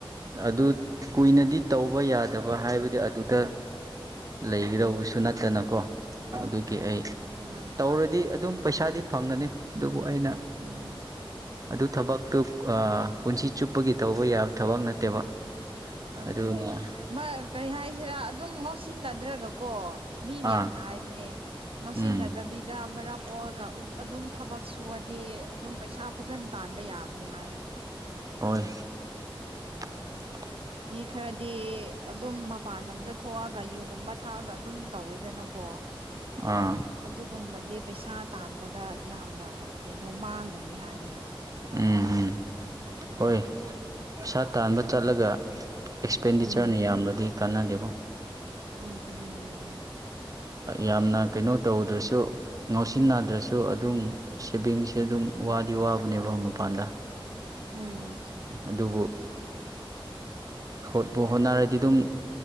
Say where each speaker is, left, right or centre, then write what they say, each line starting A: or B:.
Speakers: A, on the right (about 40°); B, on the right (about 80°).
A: ꯑꯗꯨ ꯀꯨꯏꯅꯗꯤ ꯇꯧꯕ ꯌꯥꯗꯕ ꯍꯥꯏꯕꯗꯤ ꯑꯗꯨꯗ ꯂꯩꯒꯗꯧꯕꯁꯨ ꯅꯠꯇꯅꯀꯣ ꯑꯗꯨꯒꯤ
B: ꯑꯥ
A: ꯑꯩ
B: ꯑꯥ ꯑꯗꯨꯃꯥꯏꯅ
A: ꯇꯧꯔꯗꯤ
B: ꯇꯧ
A: ꯑꯗꯨꯝ ꯄꯩꯁꯥꯗꯤ ꯐꯪꯒꯅꯤ ꯑꯗꯨꯕꯨ ꯑꯩꯅ
B: ꯎꯝ
A: ꯑꯗꯨ ꯊꯕꯛꯇꯨ ꯄꯨꯟꯁꯤ ꯆꯨꯞꯄꯒꯤ ꯇꯧꯕ ꯌꯥꯕ ꯊꯕꯛ ꯅꯠꯇꯦꯕ
B: ꯑꯗꯨꯅꯦ
A: ꯑꯗꯨꯅ
B: ꯀꯔꯤ ꯍꯥꯏꯁꯤꯔꯥ ꯑꯗꯨꯝ ꯉꯥꯎꯁꯤꯟꯅꯗ꯭ꯔꯒꯣ ꯀꯣ ꯃꯤ ꯃꯌꯥꯝꯅ
A: ꯑꯥ
B: ꯍꯥꯏꯕꯅꯦ ꯉꯥꯎꯁꯤꯟꯅꯗꯕꯤ
A: ꯎꯝ
B: ꯁꯤꯗ ꯃꯔꯝ ꯑꯣꯏꯔꯒ ꯑꯗꯨꯝ ꯊꯕꯛ ꯁꯨꯑꯗꯤ ꯑꯗꯨꯝ ꯄꯩꯁꯥ ꯐꯖꯅ ꯇꯥꯟꯕ ꯌꯥꯕꯅꯦ ꯍꯥꯏꯌꯦꯕ
A: ꯍꯣꯏ <inaudible>
B: ꯃꯤ ꯈꯔꯗꯤ ꯑꯗꯨꯝ ꯃꯄꯥꯟ ꯑꯗ ꯊꯣꯛꯑꯒ ꯌꯨꯒꯨꯝꯕ ꯊꯥꯛꯑꯒ ꯑꯗꯨꯝ ꯇꯧꯋꯤꯗꯅꯀꯣ
A: ꯑꯥ
B: ꯑꯗꯨꯒꯨꯝꯕꯗꯤ ꯄꯩꯁꯥ ꯇꯥꯟꯕꯗ ꯌꯥꯝꯅ ꯀꯩꯅꯣ ꯃꯥꯡꯒꯅꯤ ꯍꯥꯏꯌꯦꯕ
A: ꯎꯝ ꯎꯝ ꯍꯣꯏ ꯄꯩꯁꯥ ꯇꯥꯟꯕ ꯆꯠꯂꯒ ꯑꯦꯛꯁꯄꯦꯟꯗꯤꯆꯔꯅ
B: ꯎꯝ
A: ꯌꯥꯝꯅꯗꯤ ꯀꯥꯟꯅꯗꯦꯕ
B: ꯎꯝ ꯑꯗꯨ ꯑꯗꯨꯅꯦ ꯑꯗꯨꯅꯦ
A: ꯌꯥꯝꯅ ꯀꯩꯅꯣ ꯇꯧꯗ꯭ꯔꯁꯨ ꯉꯥꯎꯁꯤꯟꯅꯗ꯭ꯔꯁꯨ ꯑꯗꯨꯝ ꯁꯦꯚꯤꯡꯁꯦ ꯑꯗꯨꯝ ꯋꯥꯗꯤ ꯋꯥꯕꯅꯦꯕ ꯃꯄꯥꯟꯗ
B: ꯑꯥ
A: ꯑꯗꯨꯕꯨ ꯍꯣꯠꯄꯨ ꯍꯣꯠꯅꯔꯗꯤ ꯑꯗꯨꯝ